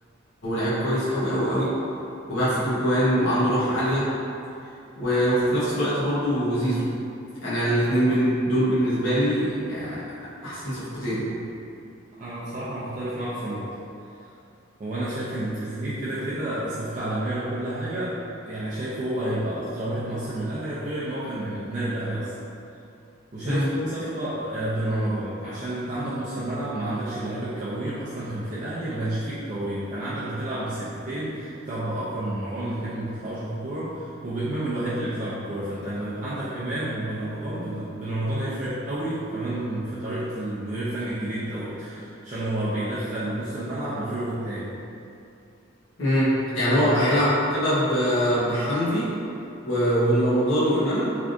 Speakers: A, on the left (about 75°); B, on the right (about 35°).
A: ولعيب كويس قوي قوي قوي وبيعرف يجيب جوان وعنده روح عاليه و... وفي نفس الوقت برضو زيزو انا الاتنين بن... دول بالنسبه لي احسن صفقتين
B: انا بصراحه مختلف معاك في نقطه هو انا شايف ان تريزيجيه كده كده صفقه عالميه وكل حاجه يعني شايف هو هيبقى اكتر واحد مؤثر من الاهلي غير ان هو كان من ابناء الاهلي اصلا وشايف
A: امم
B: تاني صفقه آه، بن رمضان عشان انت عندك نص الملعب ما عندكش اللعيب الكوير اصلا كان في الاهلي ما كانش فيه الكوير كان عندك بتلعب بستتين بتلعب باكرم ومروان الاتنين ما بيطلعوش بالكوره وبامام الوحيد اللي بيطلع بالكوره فانت لما يبقى عندك امام وبن رمضان بن بن رمضان هيفرق قوي كمان في طريقه المدير الفني الجديد دوت عشان هو بيدخل نص الملعب لفيرو التاني
A: امم يعني
B: هو
A: هو هيلعب كده ب... بحمدي و... وبن رمضان وامام